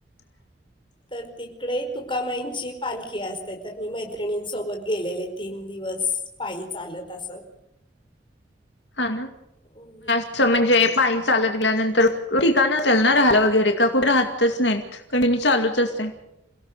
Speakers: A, on the left; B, on the left.
A: <inaudible> <unintelligible>
B: तर तिकडे तुकामाईंची पालखी असते, तर मी मैत्रिणींसोबत गेलेले तीन दिवस. पायी चालत असं
A: हा.
B: <unintelligible> <inaudible>
A: अस म्हणजे, पाय चालत गेल्यानंतर, ठिकाण असेल ना राहाला वगैरे त्या कुठ राहतच नाहीत, कंटिन्यू चालूच असतय.